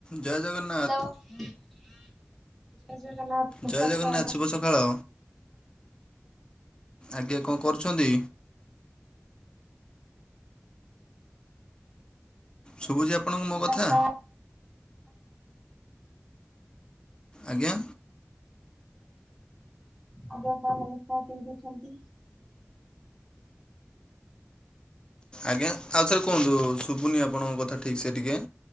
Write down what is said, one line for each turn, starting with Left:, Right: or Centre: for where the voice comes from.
Left: ଜୟ ଜଗନ୍ନା
Centre: ହାଲୋ। ଜୟ ଜଗନ୍ନାଥ। ଶୁଭ
Left: ଜୟ
Centre: ସକାଳ
Left: ଜଗନ୍ନାଥ ଶୁଭ ସକାଳ। ଆଜ୍ଞା କଣ କରୁଛନ୍ତି? ଶୁଭୁଛି ଆପଣଙ୍କୁ
Centre: ନମସ୍କାର
Left: ମୋ କଥା?
Centre: ସାର୍
Left: ଆଜ୍ଞା।
Centre: ଆଜ୍ଞ ସାର୍ ନମସ୍କାର। କେମିତି ଅଛନ୍ତି?
Left: ଆଜ୍ଞା ଆଉଥରେ କୁହନ୍ତୁ ଶୁଭୁନି ଆପଣଙ୍କ କଥା ଠିକ୍ ସେ ଟିକେ।